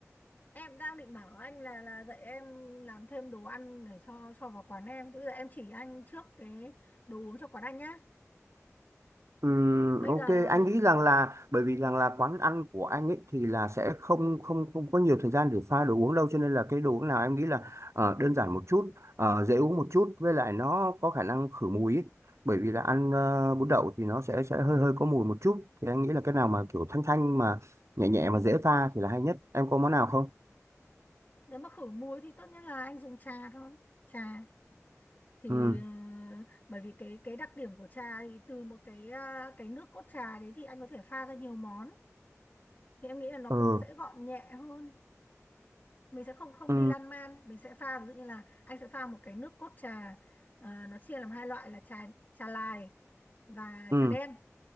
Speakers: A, on the left; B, on the right.
A: em đang định bảo anh là là dạy em làm thêm đồ ăn để cho cho vào quán em. Thế bây giờ em chỉ anh trước cái đồ uống cho quán anh nhá.
B: Ừm,
A: Bây
B: ok
A: giờ
B: anh nghĩ rằng là bởi vì rằng là quán ăn của anh ấy thì là sẽ không không không có nhiều thời gian để pha đồ uống đâu cho nên là cái đồ uống nào em nghĩ là ờ, đơn giản một chút ờ, dễ uống một chút với lại nó có khả năng khử mùi ấy. Bởi vì là ăn ờ, bún đậu thì nó sẽ sẽ hơi hơi có mùi một chút thì anh nghĩ là cái nào mà kiểu thanh thanh mà nhẹ nhẹ mà dễ pha thì là hay nhất em có món nào không
A: nếu mà khử muối thì tốt nhất là anh dùng trà thôi. Trà thì
B: ừ
A: ờ, bởi vì cái cái đặc điểm của trà thì từ một cái ờ, cái nước cốt trà đấy thì anh có thể pha ra nhiều món. Thì em nghĩ là nó
B: ừ
A: cũng sẽ gọn nhẹ hơn mình sẽ không không
B: ừ
A: đi lan man mình sẽ pha ví dụ như là anh sẽ pha một cái nước cốt trà ờ, nó chia làm hai loại là trà trà lài và
B: ừ
A: trà đen